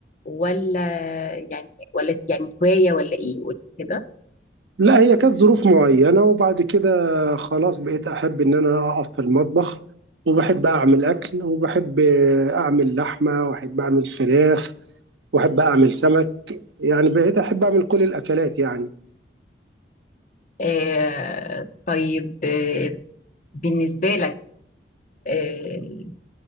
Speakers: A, on the left; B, on the right.
A: ولا يعني ولا دي يعني هواية ولا ايه قولي كده
B: لا هي كانت ظروف معينه وبعد كده خلاص بقيت احب ان انا اقف في المطبخ وبحب اعمل اكل وبحب آه، اعمل لحمه واحب اعمل فراخ واحب اعمل سمك يعني بقيت احب اعمل كل الاكلات يعني
A: آه، طيب آه، بالنسبة لك آه،